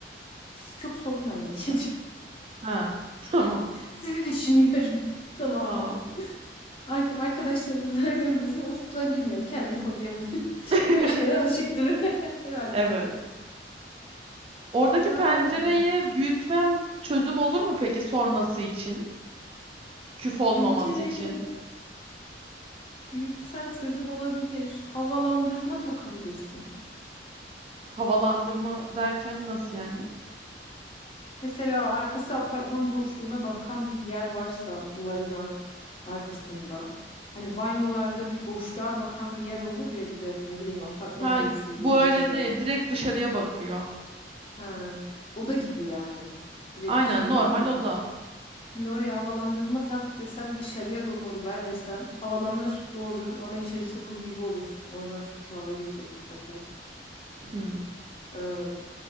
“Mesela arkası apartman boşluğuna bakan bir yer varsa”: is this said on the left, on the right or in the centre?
Left